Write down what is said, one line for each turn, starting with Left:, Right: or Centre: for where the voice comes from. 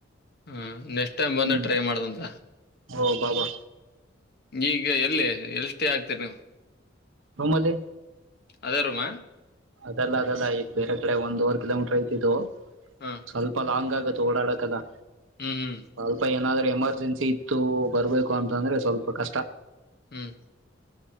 Left: ಹ್ಮ ನೆಕ್ಸ್ಟ್ ಟೈಮ್ ಬಂದ
Right: ಹ್ಮ್
Left: ಟ್ರೈ ಮಾಡ್ದಂತ
Right: ಓ ಬಾ ಬಾ
Left: ಈಗ ಎಲ್ಲೇ ಎಷ್ಟೇ ಆಗ್ತರಿ ನೀವು್
Right: ರೂಮಲ್ಲಿ
Left: ಅೇ ರೂಮ
Right: ಅದಲ್ಲ ಅದಲ್ಲ ಈ ಬೇರೆ ಕಡೆ ಒಂದ್ವರ್ ಕಿಲೋಮೀಟರ್ ಐ್ತಿದ್ದು
Left: ಹಾ
Right: ಸ್ವಲ್ಪ ಲಾಂಗ್ ಆಗುತ್ತೆ ತೋಡಡಕ್ಕದಾ
Left: ಹ್ಮ್ ಹ್ಮ್
Right: ಅಾಲ್ಪ ಏನಾದ್ರೂ ಹೆ ರ್ಜೆನ್ಸಿ ಇತ್ತು ಬರ್ಬೇಕು ಅಂತ ಅಂದ್ರೆ ಸ್ವಲ್ಪ ಕಷ್ಟ
Left: ಹ್ಮ್